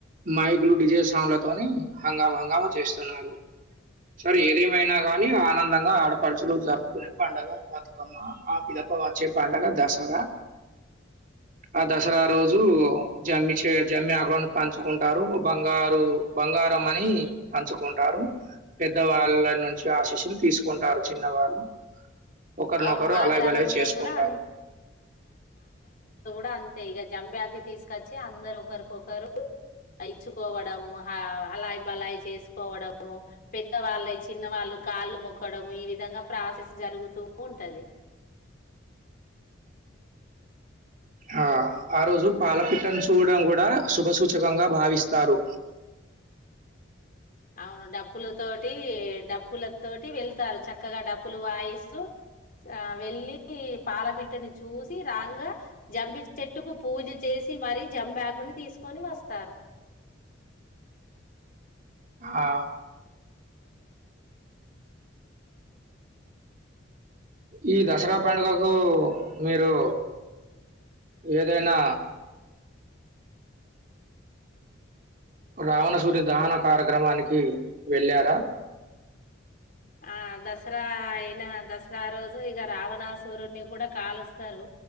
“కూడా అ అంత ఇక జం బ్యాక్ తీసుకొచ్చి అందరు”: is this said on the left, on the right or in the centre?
Left